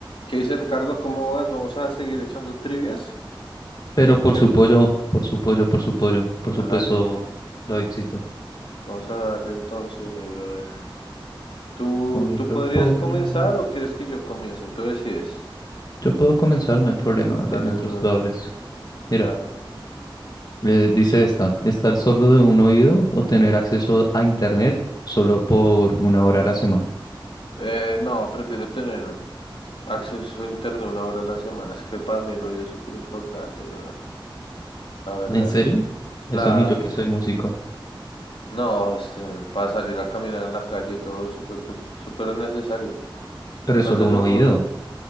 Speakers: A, on the left; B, on the left.
A: ¿Qué dice Ricardo? ¿Cómo vas? ¿Vamos a seguir echando trivias?
B: Pero
A: Ok,
B: por su pollo, por su pollo, por su pollo, por
A: hágale.
B: supuesto, Davidcito.
A: Vamos a darle entonces, mi brother. ¿Tú,
B: Ponelo,
A: tú podrías
B: ponelo.
A: comenzar o quieres que yo comience? Tú decides.
B: Yo puedo comenzar, no hay problema, dale,
A: Dale,
B: mientras
A: brother.
B: tú abres. Mira,
A: Dame.
B: eh, dice esta, estar sordo de un oído o tener acceso a internet solo por una hora a la semana.
A: Eh, no, prefiero tener acceso a internet una hora a la semana. Es que para mí el oído es súper importante, brother. La verdad.
B: ¿En serio?
A: Claro,
B: Eso ni yo que
A: sí.
B: soy músico.
A: No, este, para salir a caminar en la calle todo es súper, súper necesario.
B: Pero es
A: Más
B: solo
A: de
B: un
A: lo
B: oído,
A: que uno.